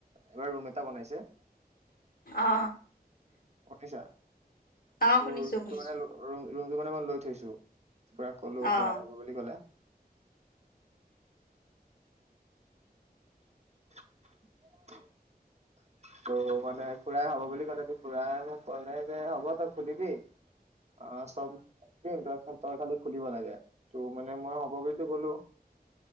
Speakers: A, on the right; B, on the left.
A: এইবাৰ ৰুম এটা বনাইছে
B: অ
A: <unintelligible>
B: অ
A: ত ৰুমটো
B: শুনিছো শুনিছো
A: মানে ৰুমটো মানে মই লৈ থৈছো খুড়াক কলো খুড়াই
B: অ
A: হব বুলি ক'লে <inaudible> ত' মানে খুড়াই হ'ব বুলি ক'লে ত খুড়াই মোক ক'লে যে হ'ব তই খুলিবি অ চব <unintelligible> তই খালি খুলিব লাগে ত মানে মই হ'ব বুলিতো কলো